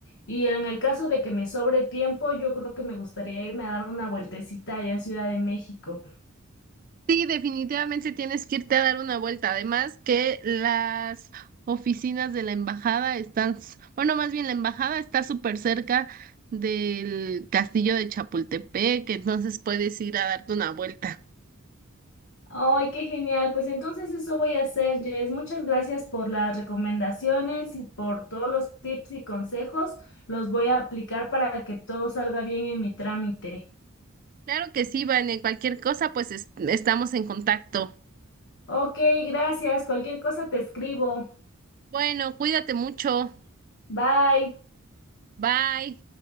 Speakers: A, on the left (about 55°); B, on the right (about 40°).
A: y en el caso de que me sobre tiempo, yo creo que me gustaría irme a dar una vueltecita allá en Ciudad de México.
B: Sí, definitivamente tienes que irte a dar una vuelta. Además que las oficinas de la embajada están, s- bueno, más bien la embajada está súper cerca del castillo de Chapultepec, entonces puedes ir a darte una vuelta.
A: ¡Ay, qué genial! Pues entonces eso voy a hacer, Jess. Muchas gracias por las recomendaciones y por todos los tips y consejos. Los voy a aplicar para que todo salga bien en mi trámite.
B: Claro que sí, Van, en cualquier cosa, pues est- estamos en contacto.
A: Ok, gracias. Cualquier cosa te escribo.
B: Bueno, cuídate mucho.
A: Bye.
B: Bye.